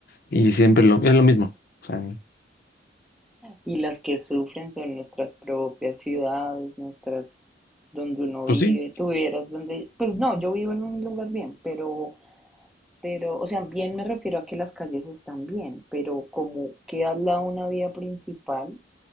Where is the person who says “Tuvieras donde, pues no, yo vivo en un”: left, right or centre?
Centre